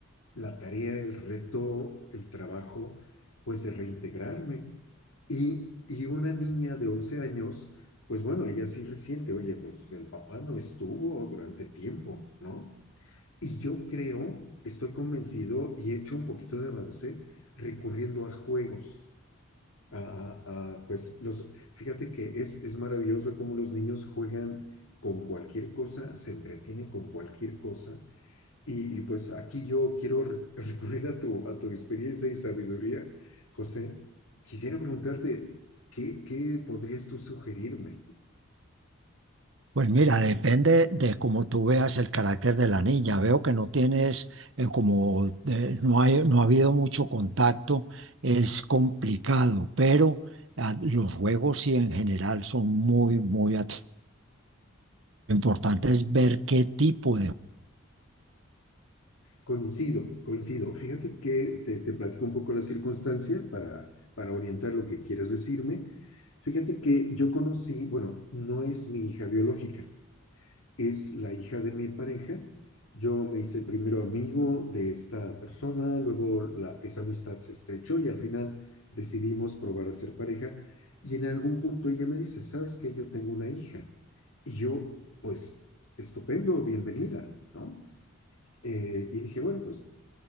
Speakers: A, on the left (about 70°); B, on the right (about 60°).
A: la tarea, el reto, el trabajo, pues de reintegrarme. Y, y, una niña de 11 años, pues bueno, ella sí resiente, oye, pues el papá no estuvo durante tiempo, ¿no? Y yo creo, estoy convencido y he hecho un poquito de avance recurriendo a juegos. a, a, pues los, fíjate que es, es maravilloso cómo los niños juegan con cualquier cosa, se entretienen con cualquier cosa y, y, pues aquí yo quiero re- recurrir a tu, a tu experiencia y sabiduría, José. Quisiera preguntarte, ¿qué, qué podrías tú sugerirme?
B: Pues mira, depende de cómo tú veas el carácter de la niña. Veo que no tienes, eh, como de- no hay, no ha habido mucho contacto, es complicado, pero ah, los juegos sí en general son muy, muy at- importantes ver qué tipo de juegos.
A: Coincido, coincido. Fíjate que te, te platico un poco la circunstancia para, para orientar lo que quieras decirme. Fíjate que yo conocí, bueno, no es mi hija biológica, es la hija de mi pareja. Yo me hice primero amigo de esta persona, luego la- esa amistad se estrechó y al final decidimos probar a ser pareja. Y en algún punto ella me dice, ¿sabes que Yo tengo una hija. Y yo, pues, estupendo, bienvenida, ¿no? Eh, y dije, bueno, pues,